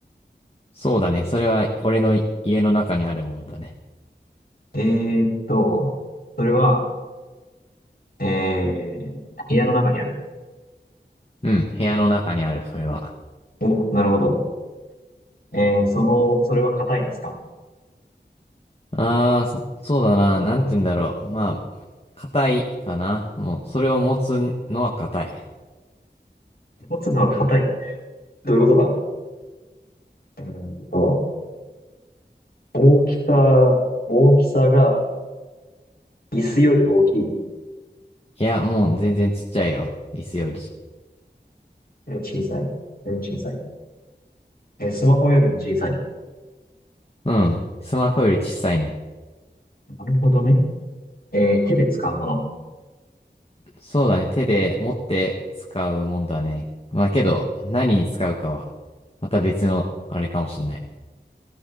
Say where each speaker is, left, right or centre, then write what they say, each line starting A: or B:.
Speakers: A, on the left (about 30°); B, on the left (about 55°).
A: そうだね。それは俺の家の中にあるものだね。
B: えーっと、それは、えー、部屋の中にある。
A: うん。部屋の中にある、それは。
B: お、なるほど。えー、その、それは硬いですか
A: ああ、そそうだな。なんて言うんだろう。まあ、硬いかな。もう、それを持つのは硬い。
B: 持つのは硬い。どういうことだえーっと、大きさ、大きさが、椅子より大きい。
A: いや、もう全然ちっちゃいよ。椅子より。
B: えー小さい。えー小さい。えースマホよりも小さい。
A: うん。スマホより小さいね。
B: なるほどね。えー、手で使うもの。
A: そうだね。手で持って使うもんだね。まあけど、何に使うかは、また別の、あれかもしんない。